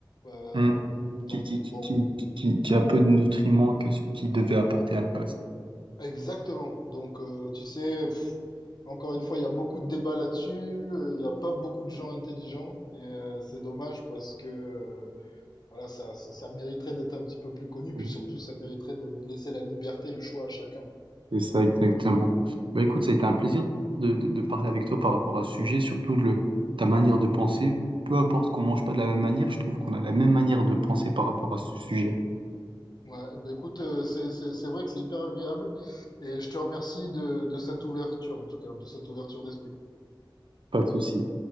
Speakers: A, on the left (about 55°); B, on the right (about 80°).
A: Euh,
B: Mm.
A: donc,
B: Qui, qui, qui,
A: bon,
B: qui, qui, qui- qui a peu de nutriments que ce qu'il devait apporter à la base.
A: exactement. Donc, euh, tu sais, pff, encore une fois, il y a beaucoup de débats là-dessus. euh, Il n'y a pas beaucoup de gens intelligents et euh, c'est dommage parce que euh, voilà, ça, ça, ça mériterait d'être un petit peu plus connu. Puis
B: Mm.
A: surtout, ça mériterait de laisser la liberté, le choix à chacun.
B: C'est ça, exactement. Bah, écoute, ça a été un plaisir de, de, de parler avec toi par rapport à ce sujet, surtout le, ta manière de penser. Peu importe qu'on mange pas de la même manière, je trouve qu'on a la même manière de penser par rapport à ce sujet.
A: Ouais, eh ben, écoute, euh, c'est, c'est, c'est vrai que c'est hyper agréable et je te remercie de, de cette ouverture, en tout cas, de cette ouverture d'esprit.
B: Pas de souci.